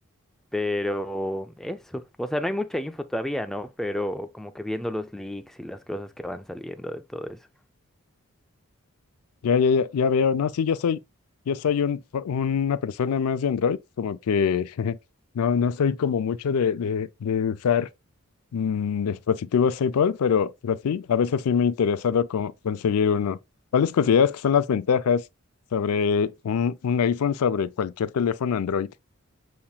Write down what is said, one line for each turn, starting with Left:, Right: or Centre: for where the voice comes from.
Centre: pero eso, o sea, no hay mucha info todavía, ¿no? Pero como que viendo los leaks y las cosas que van saliendo de todo eso.
Left: Ya, ya, ya, ya veo. No, sí, yo soy, yo soy un, una persona más de Android, como que <laughs> no, no soy como mucho de, de, de usar mm, dispositivos Apple, pero, pero sí, a veces sí me ha interesado co- conseguir uno. ¿Cuáles consideras que son las ventajas sobre un, un iPhone sobre cualquier teléfono Android?